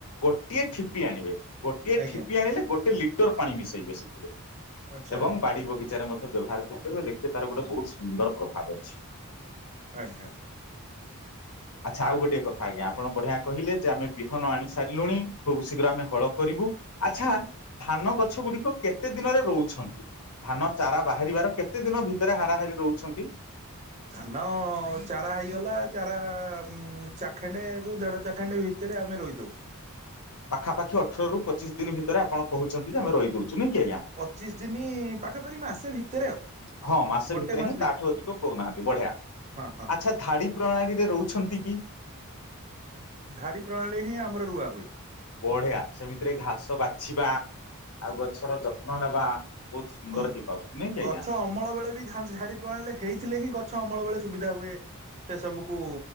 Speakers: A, on the left (about 85°); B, on the right (about 30°).
A: ଗୋଟିଏ ଠିପି ଆଣିବେ। ଗୋଟିଏ
B: ଆଜ୍ଞା
A: ଠିପି ଆଣିଲେ ଗୋଟେ ଲିଟର ପାଣି ମିଶେଇବେ ସେଥିରେ।
B: ଆଚ୍ଛା
A: ଏବଂ ବାଡ଼ି ବଗିଚାରେ ମଧ୍ୟ ବ୍ୟବହାର କରିପାରିବ ଦେଖିବେ ତାର ଗୋଟେ ବହୁତ ସୁନ୍ଦର ପ୍ରଭାବ ଅଛି।
B: ଆଜ୍ଞା।
A: ଆଚ୍ଛା ଆଉ ଗୋଟେ କଥା ଆଜ୍ଞା ଆପଣ ବଢ଼ିଆ କହିଲେ ଯେ ଆମେ ବିହନ ଆଣି ସାରିଲୁଣି ଖୁବ୍ ଶୀଘ୍ର ଆମେ ହଳ କରିବୁ। ଆଚ୍ଛା ଧାନ ଗଛ ଗୁଡ଼ିକ କେତେ ଦିନରେ ରୋଉଛନ୍ତି? ଧାନ ଚାରା ବାହାରିବାର କେତେ ଦିନ ଭିତରେ ହାରାହାରି ରୋଉଛନ୍ତି?
B: ଧାନ ଚାରା ହେଇଗଲା ଚାରା ଉ ଚାଖେଣ୍ଡେ ରୁ ଦେଢ଼ ଚାଖେଣ୍ଡେ ଭି ଭିତରେ ଆମେ ରୋଇଦଉ।
A: ପାଖାପାଖି ଅଠର ରୁ ପଚିଶ ଦିନ ଭିତରେ ଆପଣ କହୁଛନ୍ତି ଯେ ଆମେ ରୋଇ ଦଉଛୁ ନୁହେଁ କି ଆଜ୍ଞା?
B: ପଚିଶି ଦିନି ପାଖାପାଖି ମାସେ ଭିତରେ ଆଉ।
A: ହଁ ମାସେ
B: ଗୋଟେ
A: ଭିତରେ
B: ମାସ
A: ହିଁ ତାଠୁ ଅଧିକ କରୁନାହାନ୍ତି ବଢ଼ିଆ।
B: ହଁ ହଁ
A: ଆଚ୍ଛା ଧାଡି ପ୍ରଣାଳୀରେ ରୋଉଛନ୍ତି କି?
B: ଧାଡି ପ୍ରଣାଳୀରେ ହିଁ ଆମର ରୁଆ ହୁଏ।
A: ବଢ଼ିଆ ସେମିତିରେ ଘାସ ବାଛିବା ଆଉ ଗଛର ଯତ୍ନ ନେବା ବହୁତ ସୁନ୍ଦର
B: ଗ
A: ହେଇ ପାରୁଛି ନାଇଁ କି
B: ଗଛ
A: ଆଜ୍ଞା?
B: ଅମଳ ବେଳେ ବି ଝାଡି ପ୍ରଣାଳୀରେ ହେଇଥିଲେ ହିଁ ଗଛ ଅମଳ ବେଳେ ସୁବିଧା ହୁଏ ସେ ସବୁକୁ।